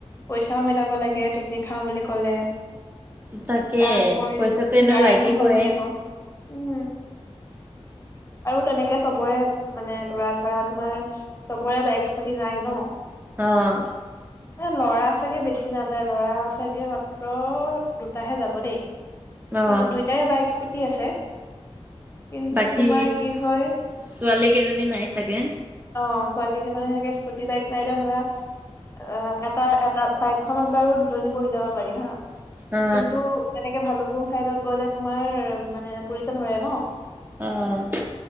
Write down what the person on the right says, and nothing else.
তাকে
পইচাটো এনেও
লাগিবই
অ',
অ
বাকী,
ছোৱালী কেইজনী নাই চাগে।
অ
অ',